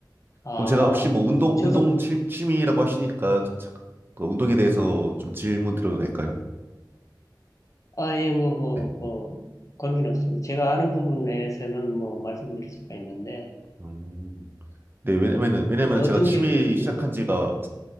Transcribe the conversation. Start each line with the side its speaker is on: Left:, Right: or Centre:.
Left: 아,
Right: 그럼 제가 혹시 뭐 운동,
Left: 저도
Right: 운동 취, 취미라고 하시니까 좀 자- 그 운동에 대해서 좀 질문 드려도 될까요?
Left: 아, 예, 뭐 뭐
Right: 네.
Left: 뭐 관계는 없습니다. 제가 아는 부분에서는 뭐 말씀드릴 수가 있는데
Right: 음. 네, 왜냐면은,
Left: 예.
Right: 왜냐면은
Left: 뭐 어떤
Right: 제가 취미
Left: 게 궁금해요?
Right: 시작한 지가